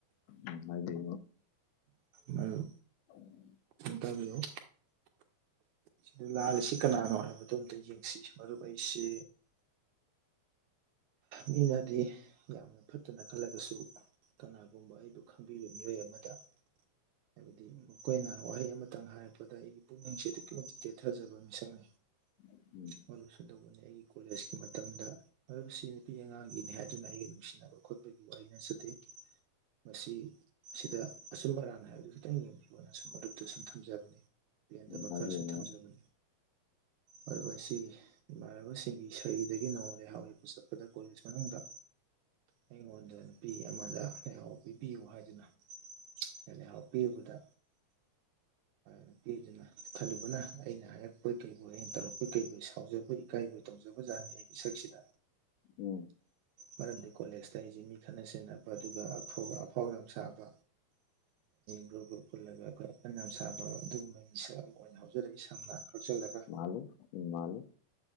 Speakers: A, on the left; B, on the right.
A: ꯎꯝ ꯑꯗꯨ
B: ꯃꯔ
A: ꯎꯝ
B: ꯕꯤ ꯑꯣꯣ ꯑꯗꯨ ꯂꯥꯜꯂꯤꯁꯤ ꯀꯅꯥꯅꯣ ꯍꯥꯏꯕꯗꯣ ꯑꯝꯇ ꯌꯦꯡꯁꯤ ꯃꯔꯨꯞ ꯑꯩꯁꯤ ꯃꯤꯅꯗꯤ ꯌꯥꯝꯅ ꯐꯠꯇꯅ ꯈꯜꯂꯒꯁꯨ ꯀꯅꯥꯒꯨꯝꯕ ꯑꯩꯕꯨ ꯈꯪꯕꯤꯕ ꯃꯤꯑꯣꯏ ꯑꯃꯗ ꯍꯥꯏꯕꯗꯤ ꯃꯈꯣꯏꯅ ꯋꯥꯍꯩ ꯑꯃ ꯑꯃꯈꯤꯇꯪ ꯍꯥꯏꯔꯛꯄꯗ ꯑꯩꯒꯤ ꯄꯨꯛꯅꯤꯡꯁꯦ ꯑꯗꯨꯛꯀꯤ ꯃꯇꯤꯛ ꯇꯦꯊꯖꯕ ꯃꯤꯁꯛꯅꯤ
A: ꯎꯝ
B: ꯃꯂꯨꯁꯨ ꯇꯧꯕꯅꯤ ꯑꯩꯒꯤ ꯀꯣꯂꯦꯖꯀꯤ ꯃꯇꯝꯗ ꯍꯥꯏ ꯅꯨꯄꯤ ꯑꯉꯥꯡꯒꯤꯅꯤ ꯍꯥꯏꯗꯨꯅ ꯑꯩꯒ ꯅꯨꯡꯁꯤꯅꯕ ꯈꯣꯠꯄꯒꯤ ꯋꯥꯔꯤ ꯅꯆꯗꯦ ꯃꯁꯤ ꯁꯤꯗ ꯑꯆꯨꯝ ꯑꯔꯥꯟ ꯍꯥꯏꯕꯗꯨ ꯈꯤꯇꯪ ꯌꯦꯡꯕꯤꯌꯣꯅ ꯁꯨꯝ ꯃꯔꯨꯞꯇ ꯁꯨꯝ ꯊꯝꯖꯕꯅꯤ ꯄꯦꯟꯗꯕ
A: ꯎꯝ ꯍꯥꯏꯕꯤꯌꯨ
B: ꯈꯔ ꯁꯨꯝ ꯊꯝꯖꯕꯅꯤ ꯑꯗꯨꯒ ꯑꯁꯤꯒꯤ ꯏꯃꯥꯟꯅꯕꯁꯤꯡꯒꯤ ꯁꯔꯤꯗꯒꯤ ꯅꯣꯡꯃꯗ ꯂꯩ ꯍꯥꯎꯔꯤ ꯄꯨ ꯆꯠꯄꯗ ꯀꯣꯂꯦꯖ ꯃꯅꯨꯡꯗ ꯑꯩꯉꯣꯟꯗ ꯅꯨꯄꯤ ꯑꯃꯗ ꯂꯩꯥꯏꯍꯥꯎ ꯄꯤꯕꯤꯌꯨ ꯍꯥꯏꯗꯨꯅ ꯑꯩꯅ ꯍꯥꯎ ꯄꯤꯕꯗ ꯅꯨꯄꯤꯗꯨꯅ ꯈꯜꯂꯨꯕꯅ ꯑꯩꯅ ꯍꯥꯏꯔꯛꯄꯩ ꯀꯔꯤꯕꯕꯨ ꯑꯩꯅ ꯇꯧꯔꯛꯄꯩ ꯀꯨ ꯁꯥꯎꯖꯕ ꯏꯀꯥꯏꯕꯨ ꯇꯧ ꯇꯣꯡꯖꯕꯖꯥꯅꯤꯡ ꯑꯩꯒꯤꯁꯛ ꯈꯈꯤꯗ
A: ꯎ
B: ꯃꯔꯝꯗꯤ ꯀꯣꯂꯦꯖꯇ ꯑꯩꯁꯦ ꯃꯤ ꯈꯠꯅ ꯁꯦꯟꯅꯕ ꯑꯗꯨꯒ ꯑꯐꯥꯎ ꯌꯥꯝ ꯁꯥꯕ ꯒ꯭ꯔꯨꯞ ꯒ꯭ꯔꯨꯞ ꯄꯨꯜꯂꯒ ꯑꯩꯈꯣꯏ ꯐ ꯌꯥꯝ ꯁꯥꯕ ꯑꯗꯨꯒꯨꯝꯕ ꯃꯤꯁꯛ ꯑꯃ ꯑꯣꯏꯅ ꯍꯧꯖꯔꯛꯏ ꯁꯝꯅ ꯀꯛꯆꯜꯂꯒ
A: ꯃꯥꯂ ꯎ ꯃꯥꯂꯨ